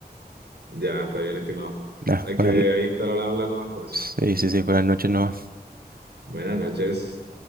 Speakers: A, on the right (about 80°); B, on the right (about 60°).
A: ya, está bien, estimado.
B: Ah,
A: Hay que
B: buenas no-
A: ahí estar al habla nomás con eso.
B: sí, sí, sí, buenas noches no.
A: Buenas noches.